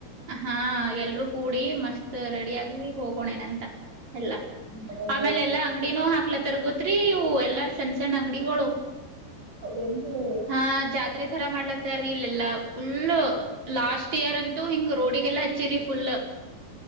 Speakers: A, on the right (about 45°); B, on the right (about 25°).
A: ಹಾ ಎಲ್ರುೂ ಕೂಡಿ ಮಸ್ತ್ ರೆಡಿ ಆಗ ಹೋಗೋಣೇನಂತ ಎಲ್ಲ
B: ಬರೋನ್
A: ಆಮೇಲೆ
B: ತಗೋರಿ
A: ಎಲ್ಲಾ ಅಂಗಡಿನೂ ಹಾಕ್ಲ ತರ್ಗೋತ್ರಿ ಹೂ ಎಲ್ಲಾ ಸೆಣಸಣ್ಣ ಅಂಗಡಿ ಕೊಳೋ
B: ಅಂದು
A: ಹಾ ಜಾತ್ರೆ ತರ ಮಾಡ್ಲತ್ತರಿ ಇಲ್ಲೆಲ್ಲಾ ಫುಲ್ ಲಾಸ್ಟ್ ಇಯರ್ ಅಂತೂ ಹಿಂಗ ರಿಗೆಲ್ಲ ಹಚ್ಚಿು